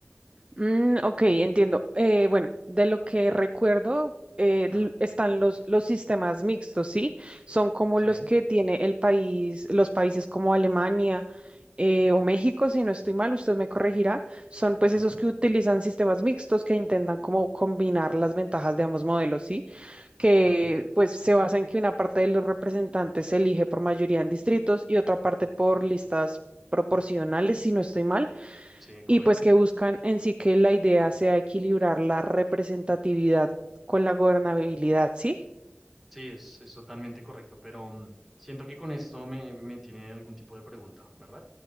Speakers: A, on the right; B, in the centre.
A: Mm, ok, entiendo. Eh, bueno, de lo que recuerdo, eh,
B: Claro.
A: l- están los, los sistemas mixtos, ¿sí? Son como
B: Sí,
A: los que tiene el país, los países como Alemania eh, o México, si no estoy mal, usted me corregirá, son pues
B: sí,
A: esos que utilizan sistemas mixtos que intentan como combinar las ventajas de ambos modelos, ¿sí? Que
B: sí,
A: pues se basa en que una parte de los representantes se elige por mayoría en distritos y otra parte por listas proporcionales, si no estoy mal,
B: sí, correcto.
A: y pues que buscan en sí que la idea sea equilibrar la representatividad con la gobernabilidad, ¿sí?
B: Sí, es, es totalmente correcto, pero mm, siento que con esto me, me tiene algún tipo de pregunta, ¿verdad?